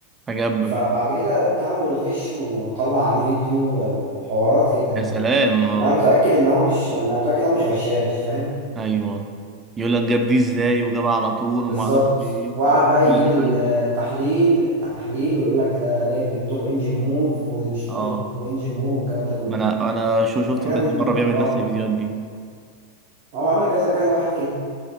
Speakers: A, on the right; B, on the right.
A: فجاب
B: فبعد كده اتهمه بالغش وطلع عليه فيديو وحوارات كده يعني
A: يا سلام آه.
B: انا متاكد ان هو مش انا متاكد ان هو مش غشاش فاهم
A: أيوه يقول لك جاب دي إزاي وجابها على طول ومعرفش
B: بالظبط
A: إيه
B: وقعد بقى
A: هو
B: يجيب
A: دي
B: التحليل
A: حل
B: التحليل ويقول لك ده جايب بالتوب انجن موف ومش
A: اه
B: توب انجن موف والكلام ده كله
A: ما انا انا شو شفته
B: لكن انا
A: كذا
B: بن...
A: مره بيعمل
B: اه
A: نفس الفيديوهات دي
B: هو عمل كذا كذا واحد كده